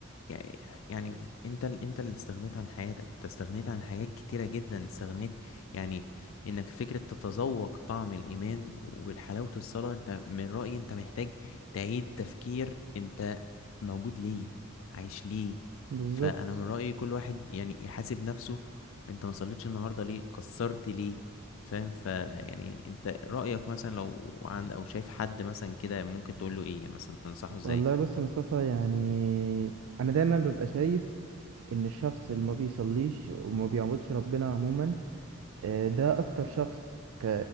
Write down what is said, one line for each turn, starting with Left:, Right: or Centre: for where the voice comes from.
Left: يعني يعني انت ال- انت اللي استغنيت عن حياتك انت استغنيت عن حاجات كتيرة جدا استغنيت يعني انك فكرة تتذوق طعم الإيمان والحلاوة الصلاة انت من رأيي انت محتاج تعيد تفكير انت موجود ليه عايش ليه
Right: بالظبط
Left: فأنا من رأيي كل واحد يعني يحاسب نفسه انت ما صليتش النهاردة ليه قصرت ليه فاهم فيعني انت رأيك مثلا لو عند او شايف حد مثلا كده ممكن تقول له ايه يعني مثلا تنصحه ازاي
Right: والله بص يا مصطفى يعني انا دايما ببقى شايف ان الشخص اللي ما بيصليش وما بيعبدش ربنا عموما آه، ده اكتر شخص ك...